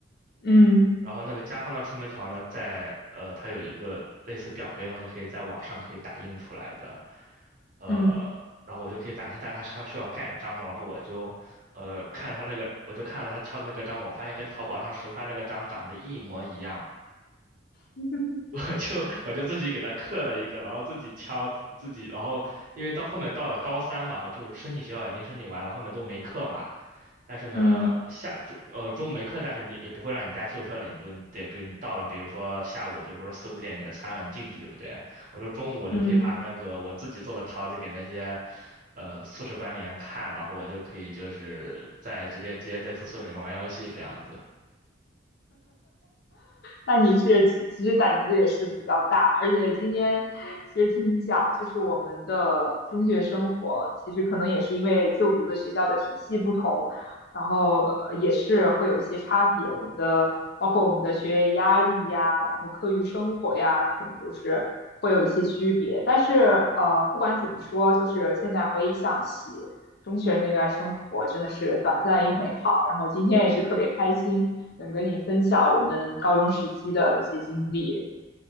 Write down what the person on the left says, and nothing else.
嗯
嗯
嗯
嗯，
嗯嗯
那你是其其实胆子也是比较大，而且今天其实听你讲，就是我们的中学生活，其实可能也是因为就读的学校的体系不同，然后呃也是会有一些差别。我们的包括我们的学业压力呀，然后课余生活呀，可能都是会有一些区别。但是呃，不管怎么说，就是现在回想起中学那段生活，真的是短暂又美好。然后今天也是特别开心。能跟你分享我们高中时期的一些经历。